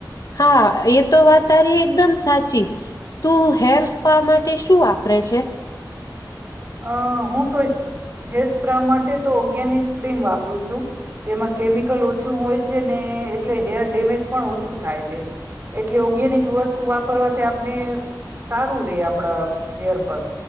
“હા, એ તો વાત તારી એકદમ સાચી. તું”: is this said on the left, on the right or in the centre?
Left